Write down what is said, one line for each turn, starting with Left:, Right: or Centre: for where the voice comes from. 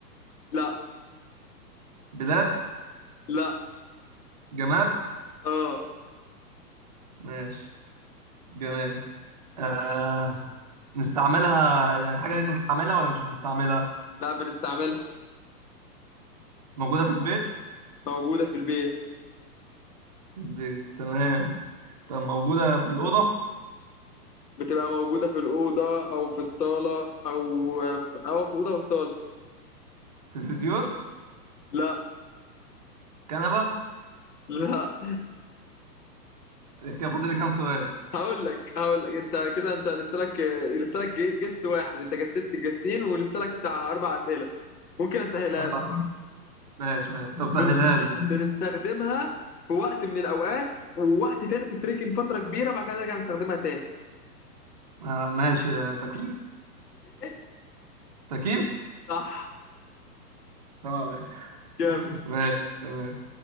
Left: لا
Right: بلاد
Left: لا
Right: جماد
Left: اه
Right: ماشي جماد آه نستعملها يعني الحاجة دي نستعملها ولا مش بنستعملها
Left: لا بنستعملها
Right: موجودة في البيت
Left: موجودة في البيت
Right: البيت تمام طب موجودة في الأوضة
Left: بتبقى موجودة في الأوضة أو في الصالة أو أو في أوضة وصالة
Right: تلفزيون
Left: لا
Right: كنبة
Left: لا
Right: كده فاضل لي كام سؤال
Left: هقول لك هقول لك انت كده انت لسه لك لسه لك ج- جس واحد انت جسدت الجسين ولسه لك بتاع اربع اسئله ممكن اسهلها
Right: أربع
Left: لك
Right: ماشي, ماشي. طب سهلها
Left: بنس...
Right: لي طيب
Left: بنستخدمها في وقت من الاوقات ووقت تاني بتتركن فتره كبيره بعد كده نرجع نستخدمها تاني
Right: آه ماشي آه، تكييف
Left: إيه؟
Right: تكييف
Left: صح
Right: سلام عليك
Left: جامد
Right: <laughs> ماشي تمام